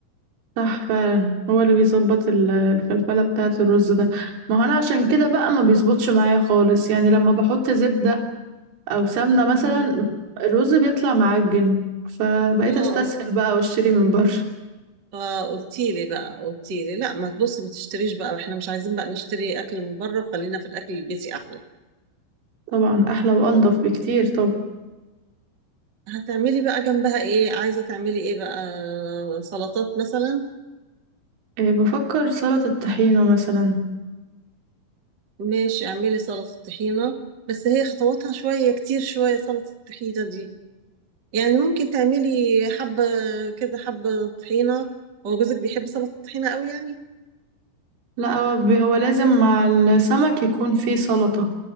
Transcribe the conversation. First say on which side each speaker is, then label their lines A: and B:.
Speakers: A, on the right; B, on the right.
A: صح فعلا هو اللي بيظبط ال- الفلفلة بتاعة الرز ده ما هو انا عشان كده بقى ما بيظبطش معايا خالص يعني لما بحط زبدة او سمنة مثلا
B: مم.
A: الرز بيطلع معجن فبقيت
B: اه
A: استسهل بقى واشتري من بره
B: اه قلتي لي بقى قلتي لي لا ما تبصي ما تشتريش بقى احنا مش عايزين بقى نشتري اكل من بره خلينا في الاكل البيتي احلى
A: طبعا احلى وانضف بكتير طب
B: هتعملي بقى جنبها ايه عايزه تعملي ايه بقى سلطات مثلا
A: إيه بفكر سلطة الطحينة مثلا
B: ماشي اعملي سلطه طحينه بس هي خطواتها شويه كتير شويه سلطه الطحينه دي يعني ممكن تعملي حبه كده حبه طحينه هو جوزك بيحب سلطه الطحينه قوي يعني
A: لا هو ب- هو لازم مع السمك يكون فيه سلطة